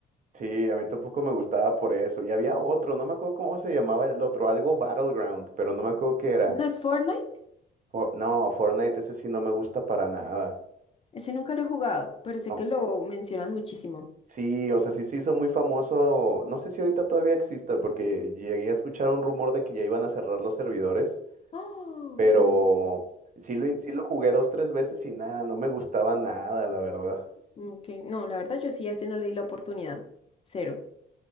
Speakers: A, on the right; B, on the left.
A: Sí, a mí tampoco me gustaba por eso. Y había otro, no me acuerdo cómo se llamaba el otro, algo Battleground, pero no me acuerdo qué era.
B: ¿No es Fortnite?
A: For- no, Fortnite, ese sí no me gusta para nada.
B: Ese nunca lo he jugado, pero sé
A: Au-
B: que lo mencionan muchísimo.
A: Sí, o sea, sí se hizo muy famoso. No sé si ahorita todavía exista, porque llegué a escuchar un rumor de que ya iban a cerrar los servidores
B: ¡Ah!
A: pero
B: Uy,
A: sí lo, in- sí lo jugué dos, tres veces y nada, no me gustaba nada, la verdad.
B: mm, ok. No, la verdad yo sí a ese no le di la oportunidad. Cero.